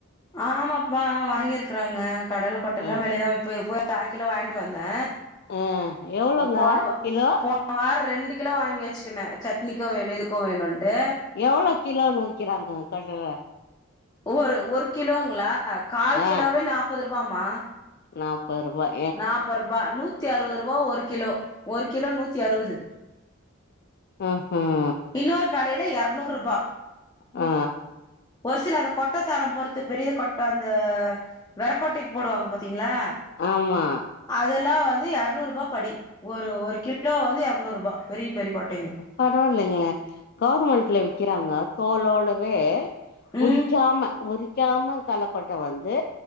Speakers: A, on the left; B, on the left.
A: ஆமாப்பா வாங்கியிருக்குறாங்க கடல கொட்டல்லா
B: ஆ
A: வெளியதா போய் போய் இப்ப அரகிலோ வாங்கிட்டு வந்தே
B: ஆ எவ்ளோங்க
A: போனோ
B: கிலோ
A: போ போன வார ரெண்டு கிலோ வாங்கி வச்சுக்னே சட்னிக்கு வேணு இதுக்கு வேணுன்ட்டு
B: எவ்ளோ கிலோனு விக்கிறாங்க கடல
A: ஒரு ஒரு கிலோங்களா கால்
B: ஆ
A: கிலோவே நாப்பது ருபாமா
B: நாப்பது ருபாய்
A: நாப்ப ருபா நூத்தி அறுவது ருபா ஒரு ஒரு கிலோ நூத்தி அறுவது
B: ம் ம்
A: இன்னொரு கடையில எர்நூரூபா
B: ஆ
A: ஒரு சில அந்த கொட்டைத்தரம் பொறுத்து பெரிய கொட்ட அந்த வெரக் கொட்டைக்கு போடுவாங்க பாத்தீங்களா
B: ஆமா
A: அதெல்லா வந்து எரநூறுபா படி ஒரு ஒரு கிலோ வந்து எரநூறுபா பெரிய பெரிய கொட்டைங்க
B: பரவாயில்லைங்க கவுர்மெண்ட்ல விக்கிறாங்களா தோலோடவே
A: ம்
B: உரிக்காம உரிக்காம களக்கொட்ட வந்து